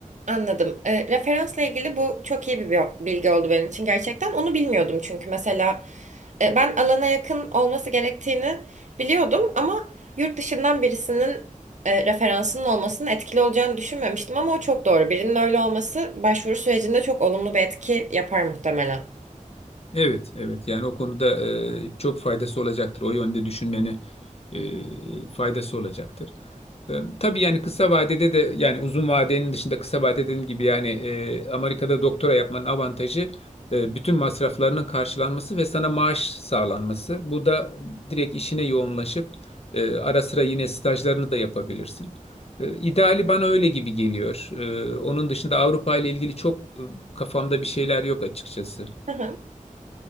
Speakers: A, on the right (about 60°); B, on the left (about 50°).
A: Anladım. Ee, referansla ilgili bu çok iyi bir bi- bilgi oldu benim için gerçekten. Onu bilmiyordum çünkü mesela e, ben alana yakın olması gerektiğini biliyordum ama yurt dışından birisinin e, referansının olmasının etkili olacağını düşünmemiştim ama o çok doğru. Birinin öyle olması başvuru sürecinde çok olumlu bir etki yapar muhtemelen.
B: Evet, evet. Yani o konuda e, çok faydası olacaktır. O yönde düşünmeni e, faydası olacaktır. E, tabii yani kısa vadede de yani uzun vadenin dışında kısa vade dediğim gibi yani e, Amerika'da doktora yapmanın avantajı e, bütün masraflarının karşılanması ve sana maaş sağlanması. Bu da direkt işine yoğunlaşıp e, ara sıra yine stajlarını da yapabilirsin. E, İdeali bana öyle gibi geliyor. E, onun dışında Avrupa ile ilgili çok e, kafamda bir şeyler yok açıkçası.
A: Hı hı.